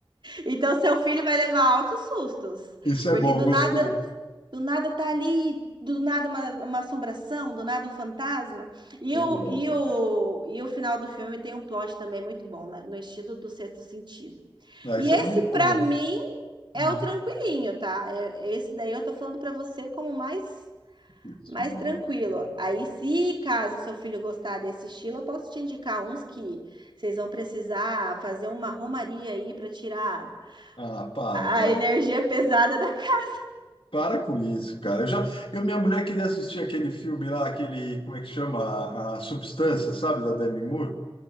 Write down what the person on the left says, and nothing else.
Isso
é bom,
gostei.
Sei
lá,
mano.
Aí
você
não me conta.
Hum,
Deus
me
livre.
Ah, para,
vai.
Para com isso, cara. Eu já, eu, minha mulher queria assistir aquele filme lá, aquele, como é que chama? A, a Substância, sabe? Da Demi Moore.